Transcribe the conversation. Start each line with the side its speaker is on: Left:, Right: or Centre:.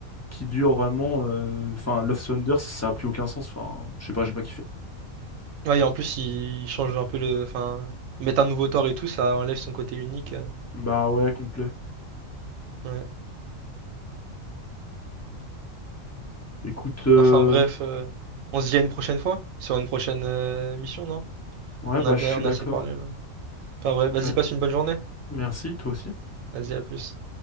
Left: qui dure vraiment. euh, Enfin, Love Thunder, ça a plus aucun sens. Enfin, je sais pas, j'ai pas kiffé.
Right: Ouais, et en plus, ils changent un peu le. Enfin, ils mettent un nouveau tort et tout, ça enlève son côté unique. euh,
Left: Bah ouais, complet.
Right: ouais.
Left: Écoute, euh,
Right: Enfin, bref, euh, on se dit à une prochaine fois, sur une prochaine euh, mission, non?
Left: ouais,
Right: On
Left: bah
Right: a bien,
Left: je suis
Right: on
Left: d'accord.
Right: a assez parlé, là. Enfin, bref, vas-y,
Left: Ouais.
Right: passe une bonne journée.
Left: Merci, toi aussi.
Right: Vas-y, à plus.